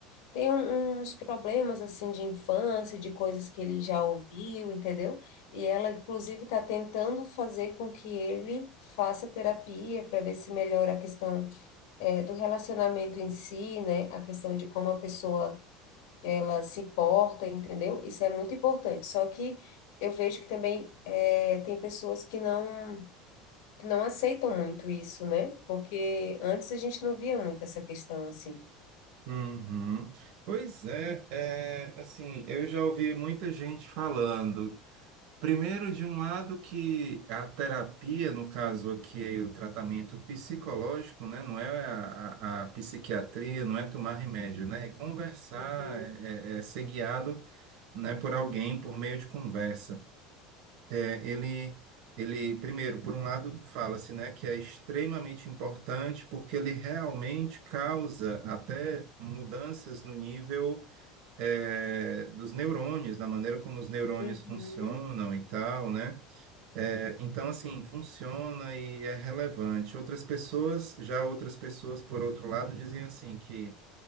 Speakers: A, on the left; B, on the right.
A: Tem um- uns problemas assim de infância, de coisas que ele já ouviu, entendeu? E ela, inclusive, está tentando fazer com que ele faça terapia para ver se melhora a questão eh, do relacionamento em si, né? A questão de como a pessoa ela se porta, entendeu? Isso é muito importante. Só que eu vejo que também eh, tem pessoas que não não aceitam muito isso, né? Porque antes a gente não via muito essa questão assim.
B: uhum. Pois é, é, assim, eu já ouvi muita gente falando. Primeiro, de um lado, que a terapia, no caso aqui, é o tratamento psicológico, né? Não é a, a, a psiquiatria, não é tomar remédio, né? É conversar,
A: Uhum.
B: é é- é ser guiado né, por alguém por meio de conversa. É, ele, ele, primeiro, por um lado, fala-se, né, que é extremamente importante porque ele realmente causa até mudanças no nível, é, dos neurônios, da maneira como os neurônios
A: Uhum.
B: funcionam e tal, né? É, então, assim, funciona e é relevante. Outras pessoas, já outras pessoas, por outro lado, dizem assim que